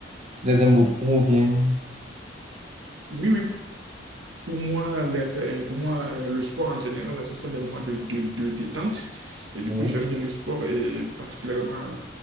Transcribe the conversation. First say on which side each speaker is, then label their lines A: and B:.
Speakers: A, on the right; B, on the right.
A: Tu les aimes beaucoup ou bien.
B: Oui, oui, Pour moi, les- euh, pour moi, euh, le sport en général, ce sont des moments de, de, de détente. Et du
A: Oui.
B: coup, j'aime bien le sport et particulièrement